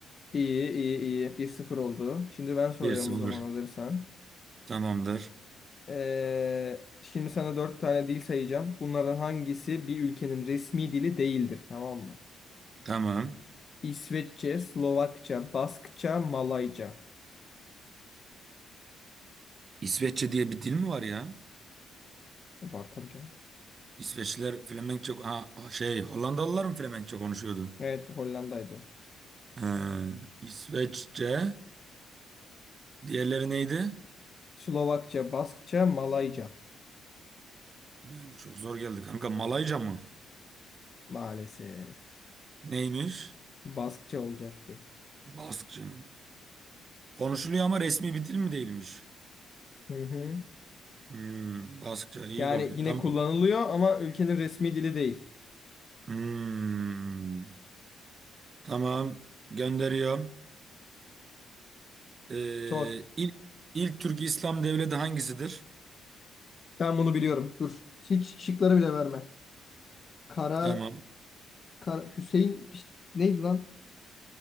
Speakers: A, on the left; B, on the right.
A: İyi iyi iyi. Bir sıfır oldu. Şimdi ben
B: bir
A: soruyorum
B: sıfır
A: o zaman hazırsan.
B: Tamamdır.
A: Ee, şimdi sana 4 tane dil sayacağım. Bunlardan hangisi bir ülkenin resmi dili değildir? Tamam mı?
B: Tamam.
A: İsveççe, Slovakça, Baskça, Malayca.
B: İsveççe diye bir dil mi var ya?
A: Var tabii canım.
B: İsveçliler Flemenkçe... Ha, şey Hollandalılar mı Flemenkçe konuşuyordu?
A: Evet, Hollanda'ydı.
B: Ee, İsveççe... Diğerleri neydi?
A: Slovakça, Baskça, Malayca.
B: Yani çok zor geldi kanka. Malayca mı?
A: Maalesef.
B: Neymiş?
A: Baskça olacaktı.
B: Baskça. Konuşuluyor ama resmi bir dil mi değilmiş?
A: Hı hı.
B: Hmm, Baskça. iyi
A: Yani
B: bakayım.
A: yine
B: Tamam.
A: kullanılıyor ama ülkenin resmi dili değil.
B: Hmm, tamam. Gönderiyorum. Ee,
A: Sor.
B: ilk, ilk Türk İslam devleti hangisidir?
A: Ben bunu biliyorum. Dur. Hiç şıkları bile verme. Kara,
B: Tamam.
A: Kara Hüseyin bir- neydi lan?